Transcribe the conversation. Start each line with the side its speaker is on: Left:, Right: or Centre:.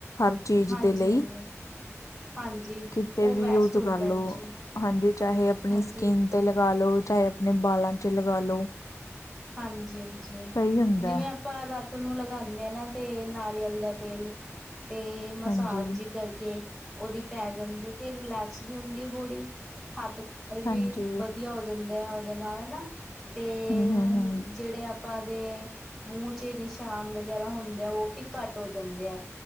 Left: ਹਰ ਚੀਜ਼
Centre: ਹਾਂਜੀ
Left: ਦੇ ਲਈ।
Centre: ਹਾਂਜੀ ਹਾਂਜੀ।
Left: ਕਿਤੇ
Centre: ਉਹ
Left: ਵੀ
Centre: ਬੈਸਟ
Left: ਯੂਜ
Centre: ਹੁੰਦਾ
Left: ਕਰ ਲੋ
Centre: ਜੀ
Left: ਹਾਂਜੀ, ਚਾਹੇ ਆਪਣੀ
Centre: ਹਾਂਜੀ।
Left: ਸਕਿਨ। ਤੇ ਲਗਾ ਲੋ, ਚਾਹੇ ਆਪਣੇ ਬਾਲਾਂ ਚ ਲਗਾ ਲੋ।
Centre: ਹਾਂਜੀ- ਹਾਂਜੀ
Left: ਸਹੀ ਹੁੰਦਾ
Centre: ਜਿਵੇਂ-
Left: ਹੈ
Centre: ਆਪਾਂ ਰਾਤ ਨੂੰ ਲਗਾਉਂਦੇ ਆ ਨਾ, ਤੇ ਨਾਰੀਅਲ ਦਾ ਤੇਲ ਤੇ- ਮਸਾਜ
Left: ਹਾਂਜੀ
Centre: ਜਿਹ ਕਰਕੇ ਉਹਦੀ ਪੈ ਜਾਂਦੇ ਤੇ ਰਿਲੈਕਸ ਵੀ ਹੁੰਦੀ ਹੈ ਬੋਡੀ। ਹੱਥ- ਵੀ
Left: ਹਾਂਜੀ
Centre: ਵਧੀਆ ਹੋ ਜਾਂਦੇ ਆ। ਉਹਦੇ ਨਾਲ ਹਨਾ ਤੇ-
Left: ਹਮ ਹਮ ਹਮ
Centre: ਜਿਹੜੇ ਆਪਾਂ ਦੇ- ਮੂੰਹ ਚ ਨਿਸ਼ਾਨ ਵਗ਼ੈਰਾ ਹੁੰਦੇ ਐ, ਉਹ ਵੀ ਘੱਟ ਹੋ ਜਾਂਦੇ ਹੈ।